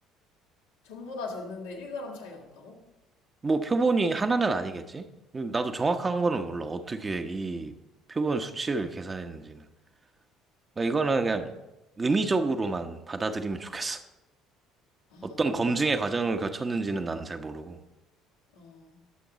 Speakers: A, on the left; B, on the right.
A: 전부 다 쟀는데 1g 차이가 났다고?
B: 뭐 표본이 하나는 아니겠지? 나도 정확한 거는 몰라. 어떻게 이 표본 수치를 계산했는지는. 그러니까 이거는 그냥 의미적으로만 받아들이면 좋겠어.
A: 아,
B: 어떤
A: 내가
B: 검증의
A: 너무
B: 과정을 거쳤는지는 나는 잘 모르고.
A: 아,